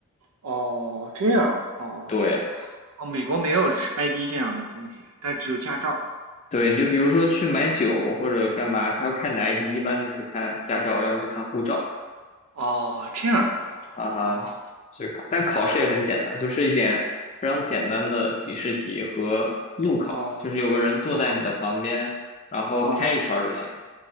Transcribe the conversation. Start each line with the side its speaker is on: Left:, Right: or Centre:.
Right: 哦这样哦
Left: 对，
Right: 哦，美国没有 ID 这样的东西，但只有驾照。
Left: 对，你就比如说去买酒或者干嘛，他要看你的 ID，一般就是看驾照，要么就看护照
Right: 哦，这样啊
Left: 啊哈。
Right: 哦
Left: 所以考，但考试也很简单，就是一点非常简单的笔试题和路考，
Right: 哦，
Left: 就是有个人坐在你的旁边，
Right: 路考。
Left: 然后开一圈儿就行了。
Right: 哦